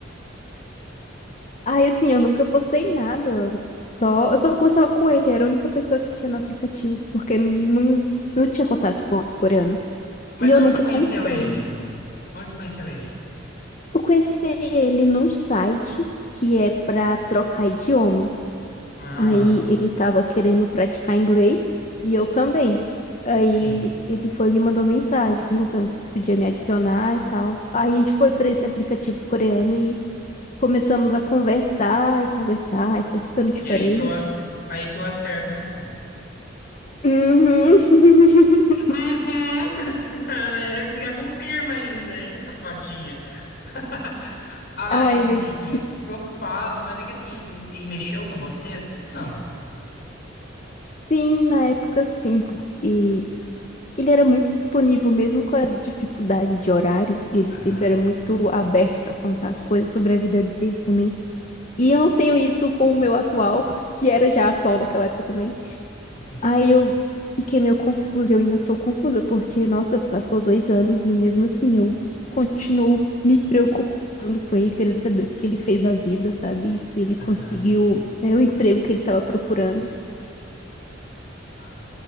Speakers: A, on the left; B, on the left.
A: aí assim, eu nunca postei nada. Só, eu só conversava com ele, era a única pessoa que tinha no aplicativo, porque não, não, não tinha contato com outros coreanos.
B: Mas
A: E eu
B: onde
A: nunca
B: você conheceu
A: contei.
B: ele? Onde você conheceu ele?
A: Eu conheci ele num site que é para trocar idiomas.
B: Ah,
A: Aí ele tava querendo praticar inglês e eu também. Aí
B: sim.
A: ele foi e me mandou mensagem perguntando se podia me adicionar e tal. Aí a gente foi para esse aplicativo coreano e começamos a conversar e conversar e foi ficando diferente.
B: E aí que o, aff... aí que o affair começou.
A: Uhum. <laughs>
B: Uhum. <laughs> Já confirma ainda, hein, safadinha? <laughs> Ai,
A: Ai,
B: amiga,
A: mas
B: o que que eu falo? Mas é que assim, e e mexeu com você assim? Não.
A: sim, na época sim, porque ele era muito disponível mesmo com a dificuldade de horário. Ele
B: Aham,
A: sempre era muito aberto para contar as coisas sobre a vida dele também. E eu não tenho isso com o meu atual, <laughs> que era já atual naquela época também.
B: entendi.
A: Aí eu fiquei meio confusa, eu ainda tô confusa, porque, nossa, passou dois anos e mesmo assim eu continuo me preocupando com ele, querendo saber o que que ele fez da vida, sabe? Se ele conseguiu,
B: Aham,
A: né, o emprego que ele tava procurando.
B: tá.